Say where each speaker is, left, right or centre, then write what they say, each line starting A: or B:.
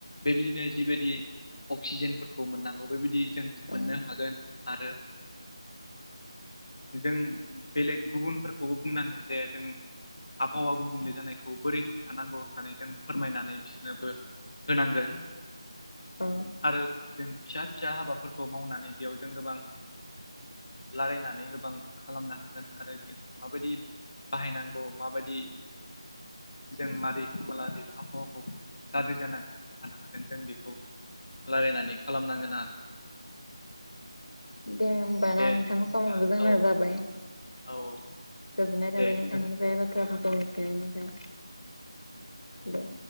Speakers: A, on the left; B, on the left.
A: बेबायदिनो जिबायदि अक्सिजेनफोरखौ मोननांगौ बेबायदि जों मोननो
B: औ
A: हागोन आरो जों बेलेग गुबुनफोरखौबो बुंनांगोन जे जों आबहावा गुबुंले जानायखौ बोरै होबथानांगौ होननानै जों फोरमायनानै बिसोरनोबो होनांगोन।
B: अ।
A: आरो जों फिसा फिसा हाबाफोरखौ मावनानै बेयाव जों गोबां रायलायनानै गोबां खालामनो हागोन आरो जों माबायदि बाहायनांगौ माबायदि जों मारै खामाला बे आबहावाखौ गाज्रि जानानै थानो हागोन जों बेखौ रायलायनानै खालामनांगोन आरो।
B: दे होमबाना
A: दे
B: नोंथांनि समाबो जोंना
A: औ
B: जाबाय।
A: औ
B: गोजोननाय थाबाय
A: दे
B: नोंथांनिफ्राय
A: दोनथ'नोसै
B: बाथ्राफोरखौ
A: औ
B: मिथििनायनिफ्राय दे।